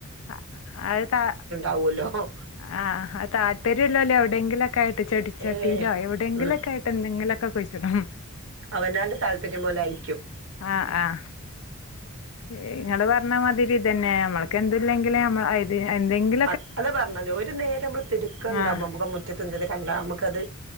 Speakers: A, on the left; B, on the right.
A: അഹ് അത് താ
B: ആവോലോ അഹ്
A: ആഹ് അത് താല്പര്യല്ലോല് എവിടെയങ്കിലുക്കെയിട്ട് ചെടിച്ചട്ടിയിലോ
B: ഏഹ്
A: എവിടെയെങ്കിലൊക്കെ
B: ഉം
A: ആയിട്ട് എന്തെങ്കിലൊക്കെ കുഴിച്ചിടും
B: അവനാന്റെ താല്പര്യം പോലായിരിക്കും
A: ആഹ് ആഹ് ഏഹ് ങ്ങള് പറഞ്ഞ മാതിരി ഇതന്നെ നമ്മൾക്ക് എന്തില്ലെങ്കിലും നമ്മ എന്തെങ്കിലും
B: അതെന്നെ പറഞ്ഞത് ഒരു നേരം മ്മള് തിടുക്കണ്ടാവുമ്പോ
A: ആഹ്
B: നമുക്ക് റ്റത്ത് എന്തെങ്കിലും കണ്ട നമുക്കത്